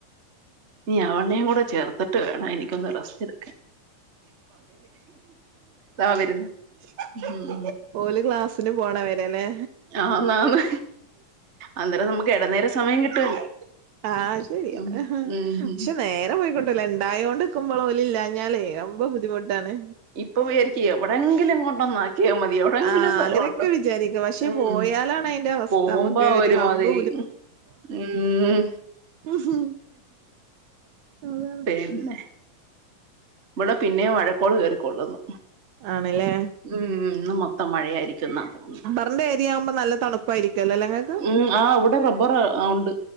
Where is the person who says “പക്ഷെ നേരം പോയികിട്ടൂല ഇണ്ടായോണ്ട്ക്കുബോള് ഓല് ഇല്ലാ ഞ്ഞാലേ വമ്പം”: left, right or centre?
Right